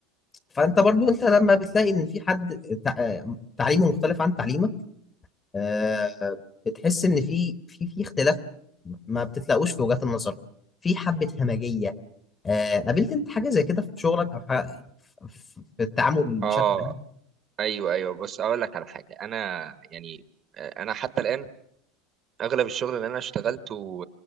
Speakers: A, on the left; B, on the right.
A: فانت برضو انت لما بتلاقي ان في حد تع... تعليمه مختلف عن تعليمك آه، بتحس ان في في في اختلاف ما بتتلاقوش في وجهات النظر في حبة همجية آه، قابلت انت حاجة زي كده في شغلك او حاجة في في التعامل
B: اه
A: بشكل عام
B: ايوه ايوه بص اقول لك على حاجه انا يعني آه، انا حتى الان اغلب الشغل اللي انا اشتغلته